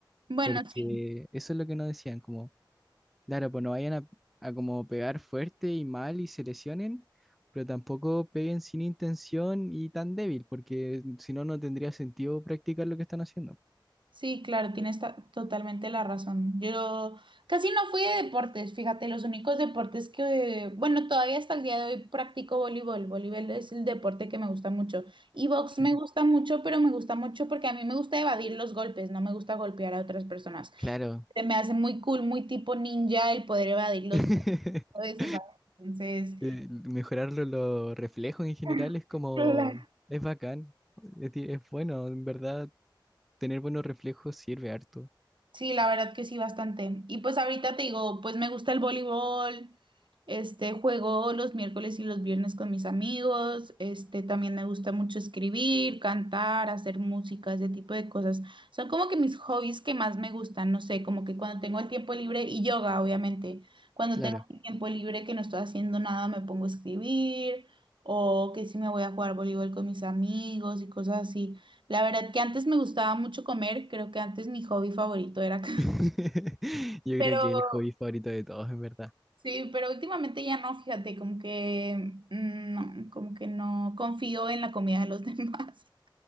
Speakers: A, on the right; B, in the centre.
A: Bueno,
B: porque
A: sí.
B: eso es lo que nos decían, como, claro, pues no vayan a, a como pegar fuerte y mal y se lesionen, pero tampoco peguen sin intención y tan débil, porque si no, no tendría sentido practicar lo que están haciendo.
A: Sí, claro, tienes ta- totalmente la razón. Yo casi no fui de deportes, fíjate, los únicos deportes que, bueno, todavía hasta el día de hoy practico voleibol. Voleibol es el deporte que me gusta mucho. Y box
B: Claro.
A: me gusta mucho, pero me gusta mucho porque a mí me gusta evadir los golpes, no me gusta golpear a otras personas.
B: Claro.
A: Se me hace muy cool, muy tipo ninja el poder evadir los
B: <laughs>
A: golpes, o sea, entonces...
B: Eh, Mejorar lo- los reflejos en general
A: <laughs>
B: es como,
A: Claro.
B: es bacán, es, di- es bueno, en verdad, tener buenos reflejos sirve harto.
A: Sí, la verdad que sí, bastante. Y pues ahorita te digo, pues me gusta el voleibol, Este, juego los miércoles y los viernes con mis amigos. Este, también me gusta mucho escribir, cantar, hacer música, ese tipo de cosas. Son como que mis hobbies que más me gustan, no sé, como que cuando tengo el tiempo libre y yoga, obviamente. Cuando
B: Claro.
A: tengo el tiempo libre que no estoy haciendo nada, me pongo a escribir o que si me voy a jugar voleibol con mis amigos y cosas así. La verdad que antes me gustaba mucho comer, creo que antes mi hobby favorito era, <laughs>
B: <laughs> Yo
A: pero
B: creo que es el hobby favorito de todos, en verdad.
A: Sí, pero últimamente ya no, fíjate, como que mm, no, como que no confío en la comida de los <laughs> demás.